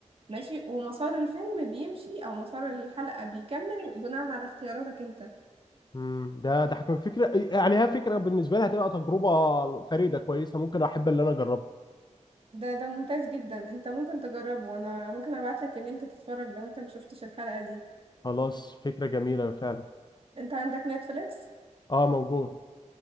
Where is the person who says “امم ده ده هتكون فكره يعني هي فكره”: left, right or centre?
Left